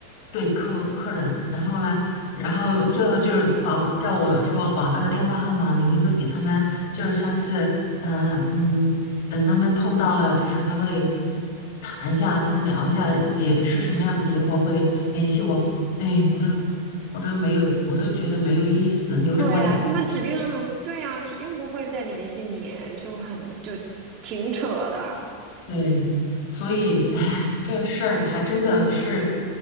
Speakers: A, on the left; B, on the right.
A: 对客客人。然后呢，然后最后就是把我叫我说把那个电话号码留一个给他们，就是下次，嗯、呃嗯，等他们碰到了，就是他会谈一下，就是聊一下解是什么样的结果，会联系我。哎，我都我都没有，我都觉得没有意思，留什么留？
B: 对呀，他们指定，对呀，指定不会再联系你，就很，就挺扯的。
A: 对，所以，哎，这事儿还真的是，